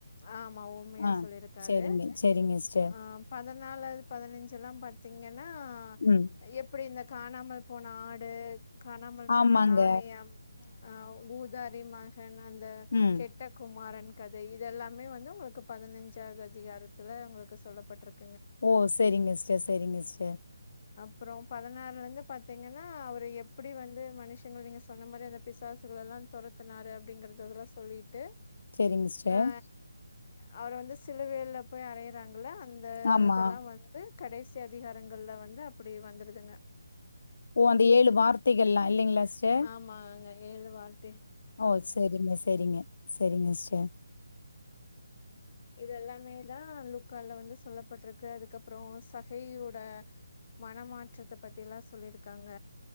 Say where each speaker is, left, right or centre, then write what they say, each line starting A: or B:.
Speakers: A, on the left (about 40°); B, on the left (about 55°).
A: ஆமா உண்மையா
B: ஆ
A: சொல்லியிருக்காரு
B: சேரிங்க செரிங்கஸ்ட
A: ஆ பதினாலாவது பதினஞ்செல்லா பாத்தீங்கன்னா
B: ம்.
A: அ எப்டி இந்த காணாமல் போன ஆடு காணாமல் போன
B: ஆமாங்க.
A: நாணயம் அ ஊதாரி மகன் அந்த
B: ம்.
A: கெட் ட குமாரன் கதை இதெல்லாமே வந்து உங்களுக்கு பதினஞ்சாவது அதிகாரத்துல உங்களுக்கு சொல்லப்பட்ருக்
B: ஓ செரிங்கஸ்ட செரிங்கஸ்ட
A: அப்றோ பதினாறுல இருந்து பாத்தீங்கன்னா அவரு எப்டி வந்து மனுஷங்கள நீங்க சொன்ன மாரி அந்த பிசாசுகளெல்லா தொரத்துனாரு அப்டிங்கறதுதெல்லா சொல்லிட்டு
B: சரிங்க சிஸ்டர்.
A: ஆ அவர வந்து சிலுவையில போய் அரையறாங்கள அந்த
B: ஆமா.
A: இதெல்லா வந்து கடைசி அதிகாரங்கள்ல வந்து அப்டி வந்துருதுங்க
B: ஓ அந்த ஏழு வார்த்தைகள்லா இல்லைங்களாஸ்ட
A: ஆமா இங்க ஏழு வார்
B: ஓ செரிங்க செரிங்க செரிங்கஸ்ட
A: இது எல்லாமே தா லூக்கால வந்து சொல்லப்பட்ருக்கு அதுக்கப்றோ சகையோட மனமாற்றத்த பத்தி எல்லா சொல்லிருக்காங்க